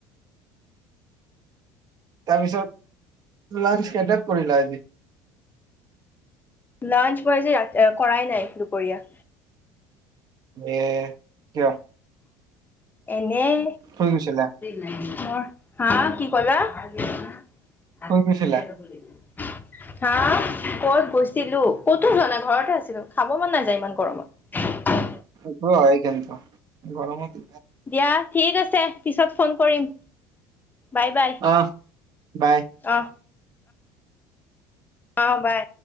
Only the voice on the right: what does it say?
তাৰপিছত লাঞ্চ কেইটাত কৰিলা আজি।
এ কিয়?
শুই গৈছিলা
শুই
গৈছিলা
অ' হয় কিন্ত গৰমতে
অ বাই